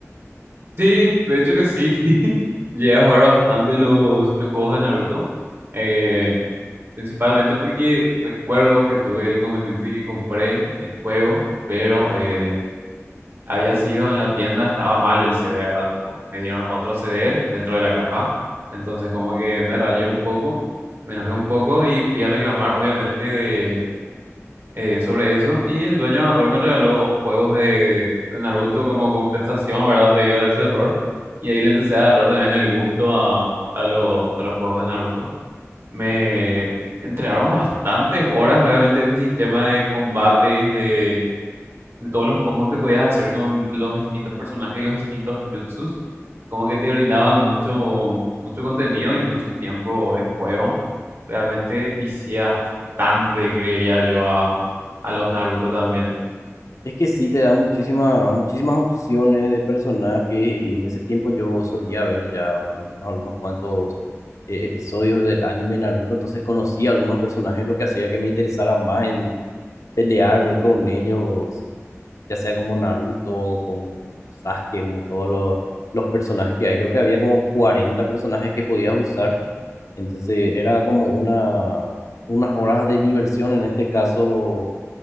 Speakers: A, on the right (about 50°); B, on the left (about 80°).
A: Sí, de hecho que sí. <laughs> Llegué a jugar bastante los, los juegos de Naruto, eh, principalmente porque recuerdo que tuve el inconveniente de que compré el juego, pero... eh, Había sido en la tienda, estaba mal el CD, ¿verdad? Tipo, me dieron otro CD dentro de la caja. Entonces como que me rayé un poco, me enojé un poco y fui a reclamar obviamente de, eh, sobre eso. Y el dueño agarró y me regaló dos juegos de, de Naruto como compensación, ¿verdad? Debido a ese error. Y ahí le empecé a agarrar también el gusto a, a, los a los juegos de Naruto. Me entregaron bastantes horas realmente de ese sistema de combates, de de todos los combos que podías hacer con los distintos personajes y los distintos jutsus, como que te brindaban mucho, mucho contenido y mucho tiempo de juego. Realmente vicias bastante, creería yo, a, a los Naruto también.
B: Es que sí, te da muchísima, muchísimas opciones de personajes y en ese tiempo yo solía ver ya por lo menos algunos cuantos eh, episodios del anime Naruto, entonces conocía algunos personajes, lo que hacía que me interesara más en pelear con ellos, ya sea como Naruto, como Sasuke, como todos los, los personajes que hay. Creo que había como 40 personajes que podías usar, entonces era como una, unas horas de diversión en este caso